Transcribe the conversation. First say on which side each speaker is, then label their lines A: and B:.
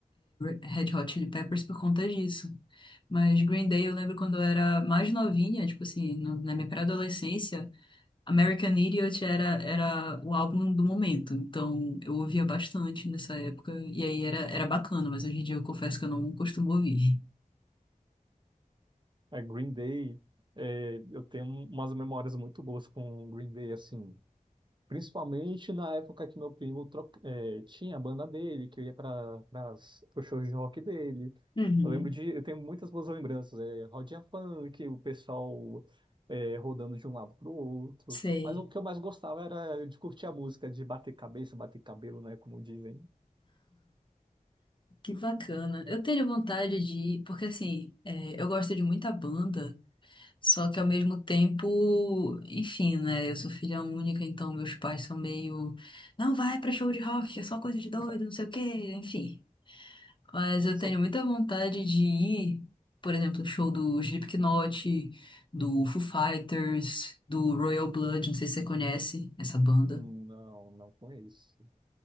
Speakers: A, on the left; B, on the right.
A: Red Hot Chili Peppers por conta disso. Mas Green Day eu lembro quando eu era mais novinha, tipo assim, no- na minha pré-adolescência, American Idiot era, era o álbum do momento. Então eu ouvia bastante nessa época e aí era, era bacana, mas hoje em dia eu confesso que eu não costumo ouvir.
B: É, Green Day, é, eu tenho umas memórias muito boas com Green Day, assim. Principalmente na época que meu primo tro- é, tinha a banda dele, que eu ia para os shows de rock dele.
A: Uhum,
B: Eu lembro de. Eu tenho muitas boas lembranças. É, rodinha funk, o pessoal é, rodando de um lado para o outro.
A: sei.
B: Mas o que eu mais gostava era de curtir a música, de bater cabeça, bater cabelo, né? Como dizem.
A: Que bacana. Eu tenho vontade de ir, porque assim, é, eu gosto de muita banda Só que ao mesmo tempo, enfim, né? Eu sou filha única, então meus pais são meio, não vai pra show de rock, é só coisa de doido,
B: <laughs>
A: não sei o quê, enfim. Mas eu
B: Só-
A: tenho muita vontade de ir, por exemplo, no show do Slipknot, do Foo Fighters, do Royal Blood, não sei se você conhece essa banda.
B: Não, não conheço.